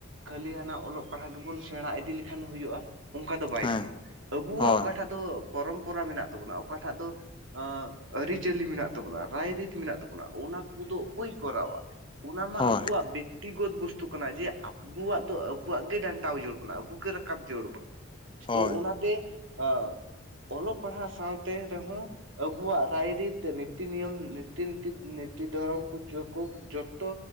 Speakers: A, on the right (about 65°); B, on the left (about 25°).
A: ᱠᱷᱟᱹᱞᱤ ᱦᱟᱱᱟ ᱚᱞᱚᱜ ᱯᱟᱲᱦᱟᱜ ᱜᱮᱵᱚᱱ ᱥᱮᱬᱟ ᱤᱫᱤ ᱞᱮᱠᱷᱟᱱ ᱦᱩᱭᱩᱜᱼᱟ, ᱚᱱᱠᱟ ᱫᱚ ᱵᱟᱭ
B: ᱦᱮᱸ
A: ᱜᱟᱱᱚᱜᱼᱟ ᱟᱵᱚᱣᱟᱜ
B: ᱦᱳᱭ
A: ᱚᱠᱟᱴᱟᱜ ᱫᱚ ᱯᱚᱨᱚᱢᱯᱚᱨᱟ ᱢᱮᱱᱟᱜ ᱛᱟᱵᱚᱱᱟ ᱚᱠᱟᱴᱷᱟᱜ ᱫᱚ ᱟᱻ ᱟᱹᱨᱤᱪᱟᱹᱞᱤ ᱢᱮᱱᱟᱜ ᱛᱟᱵᱚᱱᱟ ᱨᱟᱭᱨᱤᱛ ᱢᱮᱱᱟᱜ ᱛᱟᱵᱚᱱᱟ ᱚᱱᱟ ᱠᱚᱫᱚ ᱚᱠᱚᱭ ᱠᱚᱨᱟᱣᱟ ᱚᱱᱟ ᱢᱟ
B: ᱦᱳᱭ
A: ᱟᱵᱚᱣᱟᱜ ᱵᱮᱠᱛᱤᱜᱚᱛ ᱵᱚᱥᱛᱩ ᱠᱟᱱᱟ ᱡᱮ ᱟᱵ ᱟᱵᱩᱣᱟᱜ ᱫᱚ ᱟᱵᱚᱣᱟᱜ ᱜᱮ ᱰᱟᱱᱴᱟᱣ ᱡᱟᱹᱨᱩᱲ ᱵᱚᱱᱟ ᱟᱵᱩ ᱜᱮ ᱨᱟᱠᱟᱵ ᱡᱟᱹᱨᱩᱲ ᱵᱚᱱᱟ
B: ᱦᱳᱭ
A: ᱛᱚ ᱚᱱᱟ ᱛᱮ ᱟᱸ ᱚᱞᱚᱜ ᱯᱟᱲᱦᱟᱜ ᱥᱟᱶᱛᱮ ᱨᱮᱦᱚᱸ ᱟᱵᱩᱣᱟᱜ ᱨᱟᱭᱨᱤᱛ ᱱᱤᱛᱤ ᱱᱤᱭᱚᱢ ᱱᱤᱛᱤ ᱱᱤᱛᱤ ᱱᱤᱛᱤ ᱫᱷᱚᱨᱚᱢ ᱠᱚ ᱡᱚᱠᱳ ᱡᱚᱛᱚ